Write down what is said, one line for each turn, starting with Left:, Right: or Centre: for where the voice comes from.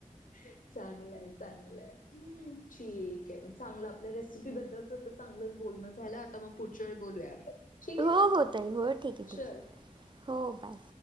Left: <inaudible> चांगल चांगलंय ठीक आहे म चांगलं आपल्या रेसिपी बद्दल चांगलंच बोलण झालं आता मग पुढच्या वेळी बोलूया आपण.
Right: हो
Left: आहे?
Right: हो तई हो ठीक आहे ठीक
Left: चल.
Right: आहे हो बाय